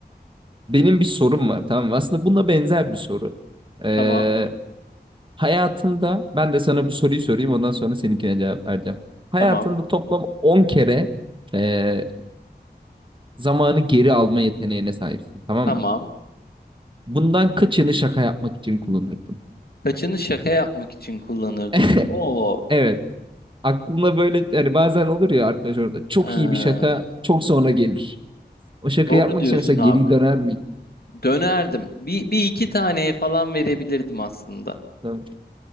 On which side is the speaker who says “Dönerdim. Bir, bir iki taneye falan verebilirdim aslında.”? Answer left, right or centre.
Left